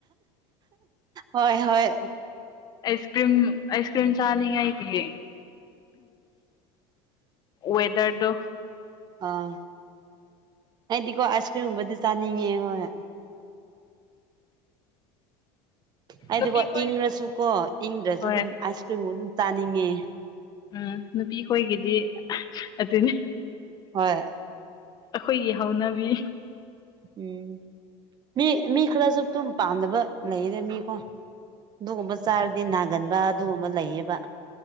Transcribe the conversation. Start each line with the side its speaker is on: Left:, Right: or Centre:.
Right: ꯍꯣꯏ ꯍꯣꯏ
Left: ꯑꯁ ꯀ꯭ꯔꯤꯝ ꯑꯥꯏꯁ ꯀ꯭ꯔꯤꯝ ꯆꯥꯅꯤꯡꯉꯥꯏꯒꯤ ꯋꯦꯗꯔꯗ
Right: ꯑꯥ ꯍꯗꯤꯀꯣ ꯑꯥꯏꯁ ꯀ꯭ꯔꯤꯝꯒꯨꯝꯕꯗꯤ ꯆꯥꯅꯤꯡꯉꯦ ꯍꯣꯏ ꯍꯥꯏꯗꯤꯀꯣ
Left: ꯅꯨꯄꯤꯈꯣꯏ
Right: ꯏꯪꯉꯁꯨꯀꯣ ꯏꯪꯗ꯭ꯔꯁꯨ
Left: ꯍꯣꯏ
Right: ꯑꯗꯨꯝ ꯑꯥꯏꯁ ꯀ꯭ꯔꯤꯝꯒ ꯑꯗꯨꯝ ꯆꯥꯅꯤꯡꯉꯦ
Left: ꯎꯝ ꯅꯨꯄꯤ ꯈꯣꯏꯒꯤꯗꯤ ꯑꯗꯨꯅꯤ
Right: ꯍꯣꯏ
Left: ꯑꯩꯈꯣꯏꯒꯤ ꯍꯧꯅꯕꯤ
Right: ꯎꯝ ꯃꯤ ꯃꯤ ꯈꯔꯁꯨ ꯑꯗꯨꯨꯝ ꯄꯥꯝꯗꯕ ꯂꯩꯔꯦ ꯃꯤꯀꯣ ꯑꯗꯨꯒꯨꯝꯕ ꯆꯥꯔꯗꯤ ꯅꯥꯒꯟꯕ ꯑꯗꯨꯒꯨꯝꯕ ꯂꯩꯌꯦꯕ